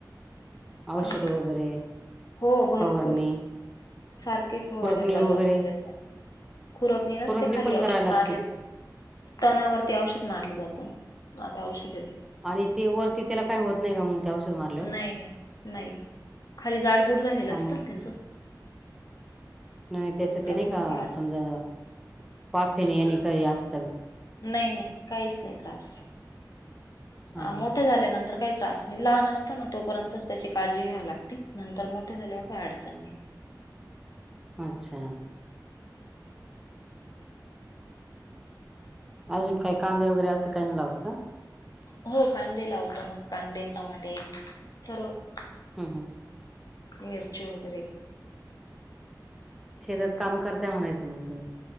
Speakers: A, in the centre; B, on the left.
A: औषध
B: काय
A: वगैरे
B: हो भरपूर
A: फवारणी-
B: सारखे फवारण्या
A: खुरपणी
B: चालू
A: वगैरे
B: असते. त्यांच्या - खुरपनी नसते
A: खुरपणी
B: खाली.
A: पण
B: औषध
A: करायला
B: मारलेले-
A: लागते का
B: तणावरती औषध मारलं जातं, आता औषध-
A: आणि ते वरती त्याला काही होत नाही का मग? ते औषध मारल्यावर
B: नाही नाही नाही खाली जाडबूड झालेलं
A: हा
B: असतं
A: मग
B: ना त्याच-.
A: ते नाही नाही त्याच ते
B: त्यामुळे
A: नाही का
B: काय अडचण
A: समजा वाफेन यांनी काही असं -
B: नाही नाही काहीच नाही त्रास ह
A: हा हा
B: मोठ्या झाल्यानंतर काही त्रास नाही लहान असत ना तोपर्यंत त्याची- काळजी घ्या लागते नंतर मोठे झाल्यावर काय अडचण नाही.
A: अच्छा- अजुन काही कांदे वगैरे असं काही ना लावत काॽ
B: हो कांदे लावतो ना कांदे टमाटे सर्व-
A: हम्म हम्म.
B: मिरची वगैरे-
A: शेतात काम करताय म्हणायचं मग तुम्ही-